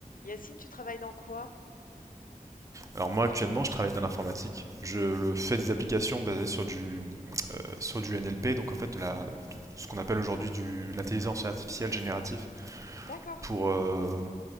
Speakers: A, on the left; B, on the right.
A: Yacine, tu travailles dans quoi?
B: Alors moi actuellement je travaille dans l'informatique. Je le fais des applications basées sur du euh, sur du NLP, donc en fait de la ce qu'on appelle aujourd'hui de l'intelligence artificielle générative.
A: D'accord.
B: Pour euh,